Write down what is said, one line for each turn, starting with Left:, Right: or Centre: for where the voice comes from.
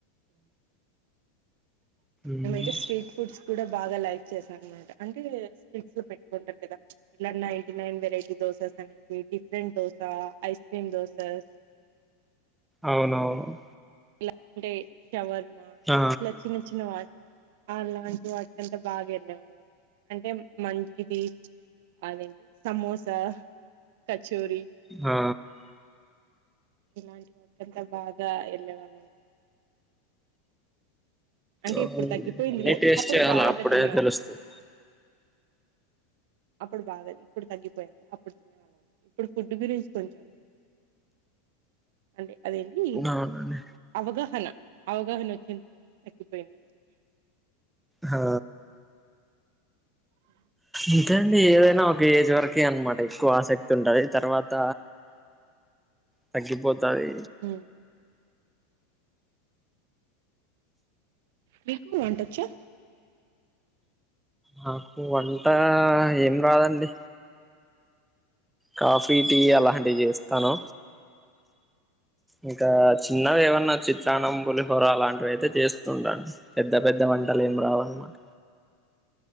Centre: మ్మ్
Right: ఈమధ్య స్ట్రీట్ ఫుడ్స్ కూడా బాగా లైక్ చేశాను అనమాట అంటే స్ట్రిక్స్ లో పెట్టుకుంటారు కదా ఇలా నైన్టీ నైన్ వెరైటీ దోసస్ అనేసి different dosa ice cream dosas
Centre: అవును అవును
Right: ఇలా అంటే షవర్మ
Centre: ఆ
Right: ఇలా చిన్న చిన్న వచ్చిన వాటి అలాంటి వాటి అంతా బాగా వెళ్ళే వాళ్ళం అనమాట అంటే మంచిది అదే సమోసా కచోరి
Centre: ఆ
Right: ఇలాంటి వాంత బాగా వెళ్ళే వాళ్ళము అంటే
Centre: అవునండి
Right: ఇప్పుడు తగ్గిపోయిందిలే
Centre: అన్ని టేస్ట్
Right: అప్పుడు
Centre: చేయాలి
Right: బాగా
Centre: అప్పుడే
Right: తినేవాళ్ళ
Centre: తెలుస్తది
Right: అప్పుడు బాగా ఇప్పుడు తగ్గిపోయింది అప్పుడు తినే వాళ్ళం ఇప్పుడు ఫుడ్ గురించి కొంచెం అంటే అదేంటి
Centre: అవునండి
Right: అవగాహన అవగాహన వచ్చిది తగ్గిపోయింది
Centre: ఆ
Right: ఆ
Centre: అంతే అండి ఏదైనా ఒక ఏజ్ వరకే అనమాట ఎక్కువ ఆసక్తి ఉంటది తర్వాత తగ్గిపోతాది
Right: ఉ మీకు వంట వచ్చా
Centre: నాకు వంట ఏం రాదండి కాఫీ టీ అలాంటివి చేస్తాను ఇంకా చిన్నవి ఏమన్నా చిత్రాన్నం పులిహోర అలాంటి చేస్తూ ఉంటా పెద్ద పెద్ద వంటలు ఏం రావు అన్నమాట